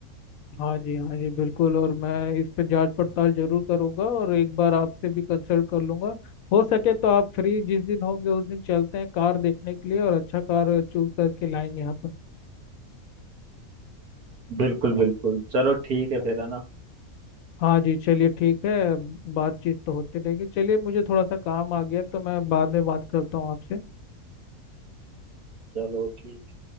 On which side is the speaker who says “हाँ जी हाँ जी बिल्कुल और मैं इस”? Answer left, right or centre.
Left